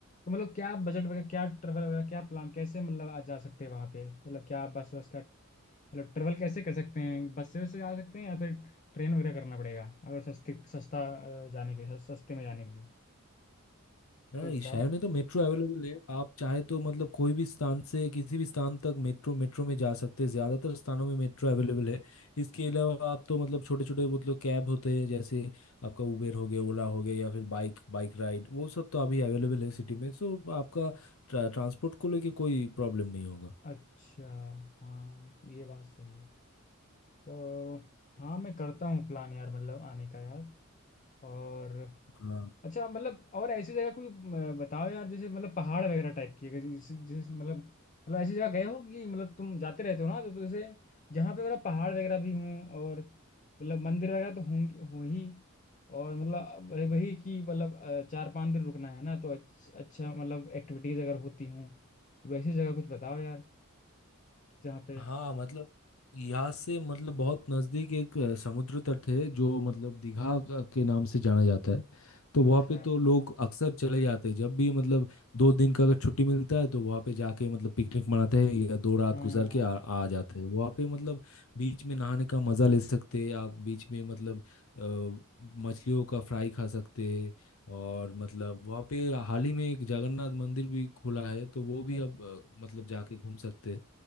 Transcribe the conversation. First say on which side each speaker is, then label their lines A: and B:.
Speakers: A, on the left (about 35°); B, on the left (about 75°).
A: तो मतलब क्या बजट वगैरह क्या ट्रेवल वगैरह क्या प्लान कैसे मतलब आ जा सकते हैं वहाँ पे मतलब क्या बस बस का मतलब ट्रेवल कैसे कर सकते हैं बस से से आ सकते हैं या फिर ट्रेन वगैरह करना पड़ेगा अगर सस्ते सस्ता अ, जाने के लिए सस- सस्ते में जाने के लिए
B: नहीं
A: कुछ बताओ
B: शहर में तो मेट्रो अवेलेबल है आप चाहे तो मतलब कोई भी स्थान से किसी भी स्थान तक मेट्रो मेट्रो में जा सकते हैं ज़्यादातर स्थानों में मेट्रो अवेलेबल है इसके अलावा आप तो मतलब छोटे छोटे मतलब कैब होते हैं जैसे आपका उबेर हो गया ओला हो गया या फिर बाइक बाइक राइड वो सब तो अभी अवेलेबल है सिटी में सो आपका ट्रांसपोर्ट को लेके कोई प्रॉब्लम नहीं होगा
A: अच्छा हाँ ये बात सही है तो हाँ मैं करता हूँ प्लान यार मतलब आने का यार और
B: हाँ
A: अच्छा मतलब और ऐसी जगह कोई म, बताओ यार जैसे मतलब पहाड़ वगैरह टाइप की है जैसे जैसे मतलब मतलब ऐसी जगह गए हो कि मतलब तुम जाते रहते हो ना तो, तो जैसे जहाँ पे मतलब पहाड़ वगैरह भी हों और मतलब मंदिर वगैरह तो होंगे हो ही और मतलब वही वही कि मतलब अ, चार पाँच दिन रुकना है ना तो अच्छा, अच्छा मतलब एक्टिविटीज अगर होती हों वैसी जगह कुछ बताओ यार जहाँ पे
B: हाँ मतलब यहाँ से मतलब बहुत नज़दीक एक अ, समुद्र तट है जो मतलब दीघा का- के नाम से जाना जाता है तो वहाँ
A: अच्छा
B: पे तो लोग अक्सर चले जाते हैं जब भी मतलब दो दिन का अगर छुट्टी मिलता है तो वहाँ पे जाके मतलब पिकनिक मनाते हैं या दो रात
A: हाँ
B: गुजार के आ, आ जाते हैं वहाँ पे मतलब बीच में नहाने का मज़ा ले सकते हैं आप बीच में मतलब अ, मछलियों का फ्राई खा सकते हैं और मतलब वहाँ पे हाल ही में एक जगन्नाथ मंदिर भी खुला है तो वो भी
A: अच-
B: अब अ, मतलब जाके घूम सकते हैं